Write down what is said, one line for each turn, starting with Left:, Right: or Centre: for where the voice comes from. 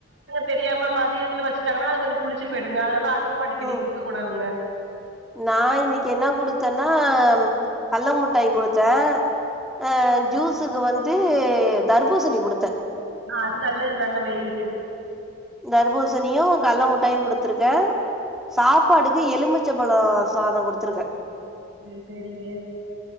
Right: தெரியாம மதியதுல வச்சுட்டாங்கனா அது கொஞ்சோ புளிச்சு போயிடுங்க அதனால அத் து அடிக்கடி
Centre: ம்
Right: கூடாதுங்க
Centre: நா இன்னைக்கு என்ன குடுத்தேன்னா கல்ல முட்டாய் குடுத்தே அ ஜூஸுக்கு வந்து தர்பூசணி குடுத்தே
Right: ஆ அது நல்லதுதாங்க வெயிலுக்கு
Centre: தர்ப்பூசணியும் கல்ல முட்டாயும் குடுத்திருக்கே சாப்பாடுக்கு எலுமிச்சைப்பழம் சாதம் குடுத்திருக்கே
Right: அ சேரிங்க